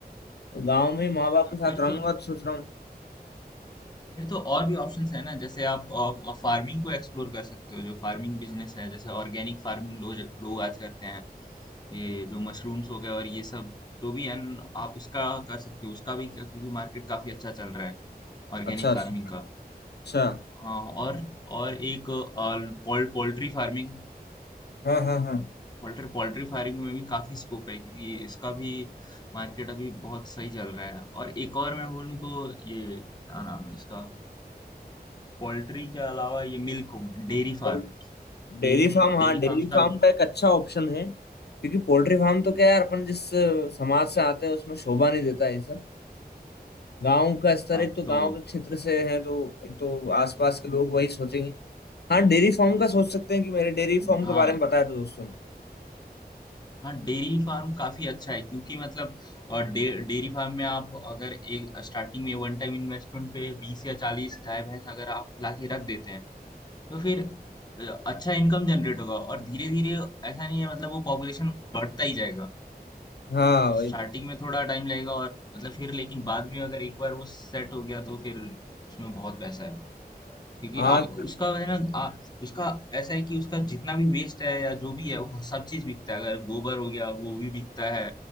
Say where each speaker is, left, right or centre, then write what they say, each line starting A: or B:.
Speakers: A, on the left (about 85°); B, on the left (about 25°).
A: तो गांव में ही माँ बाप के साथ
B: फिर
A: रहूंगा
B: तो
A: तो सोच रहा हूँ
B: फिर तो और भी ऑप्शंस है ना जैसे आप फार्मिंग को एक्सप्लोर कर सकते हो जो फार्मिंग बिजनेस है जैसे ऑर्गेनिक फार्मिंग लोग लोग आज करते हैं ये जो मशरूम्स हो गए और ये सब जो भी है न, आप उसका कर सकते हो उसका भी क्या- क्योंकि मार्केट काफी अच्छा चल रहा है ऑर्गेनिक
A: अच्छा अच्छा
B: फार्मिंग का
A: अच्छा
B: हाँ और और एक poultry farming
A: हाँ हाँ हाँ
B: Poultry poultry farming में भी काफी स्कोप है क्योंकि इसका भी मार्केट अभी बहुत सही चल रहा है और एक और मैं बोलूँ तो ये क्या नाम है इसका पोल्ट्री के अलावा ये milk dairy farm
A: और डेयरी
B: Dairy
A: फार्म हाँ
B: dairy
A: डेयरी
B: farms
A: फार्म
B: का भी
A: का एक अच्छा ऑप्शन है क्योंकि पोल्ट्री फार्म तो क्या यार अपन जिस अ, समाज से आते हैं उसमें शोभा नहीं देता ये सब गांव का स्तर
B: हाँ
A: एक तो
B: तो
A: गांव के क्षेत्र से है तो एक तो आसपास के लोग वही सोचेंगे हाँ डेयरी फार्म का सोच सकते हैं कि मेरे डेयरी फार्म
B: हाँ
A: के बारे में बताया तो दोस्तों ने
B: हाँ डेयरी फार्म काफी अच्छा है क्योंकि मतलब अ, डे डेयरी फार्म में आप अगर एक स्टार्टिंग में वन टाइम इन्वेस्टमेंट पे बीस या चालीस गाय भैंस अगर आप ला के रख देते हैं तो फिर अ, अच्छा इनकम जनरेट होगा और धीरे धीरे ऐसा नहीं है मतलब वो पॉपुलेशन बढ़ता ही जाएगा
A: हाँ वही
B: स्टार्टिंग
A: तो।
B: में थोड़ा टाइम लगेगा और मतलब फिर लेकिन बाद में अगर एक बार वो सेट हो गया तो फिर उसमें बहुत पैसा है क्योंकि
A: हाँ
B: आप उसका है ना आ, उसका ऐसा है कि उसका जितना भी वेस्ट है या जो भी है वो सब चीज बिकता है अगर गोबर हो गया वो भी बिकता है